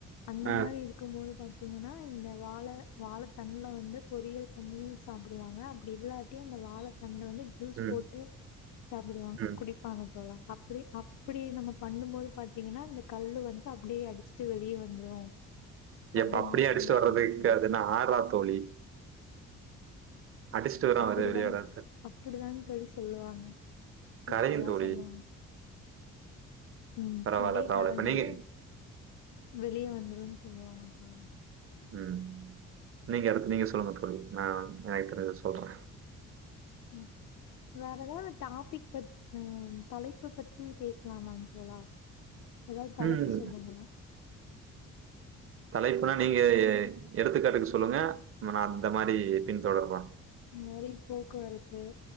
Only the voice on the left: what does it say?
அந்த
மாரி இருக்குபோது பாத் தீங்கனா இந்த வாழ வாழத்தண்டல வந்து பொறியல் பண்ணி ஸ் சாப்டுவாங்க அப்டி இல்லாட்டி அந்த வாழத் தண்டு வந்து ஜூஸ்
போட்டு சாப்டுவாங்க
குடிப்பாங்க தோழா அப்டி அப்டி நம்ம பண்ணு போது பாத்தீங்கனா இந்த கல்லு வந்து அப்டியே அடிச்சுட்டு வெளிய வந்துரு அப்டின்லாம்
சொல்லியிருக்காங்க
தோழி.
அப்டிதா
அப்டிதானுங்க தோழி சொல்லுவாங்க ஈக்குவலா
சொல்வாங்க ம்
அப்டியே
கரஞ்சு
வெளிய வந்துரும்னு சொல்லுவாங்க அப்பல்லா
ம். வேற எதாவது டாபிக் பத் ம் தலைப்பு பத்தி பேசலாமாங்க தோழா எதாவது தலைப்பு
சொல்லுங்களா
இந்த மாரி போக்குவரத்து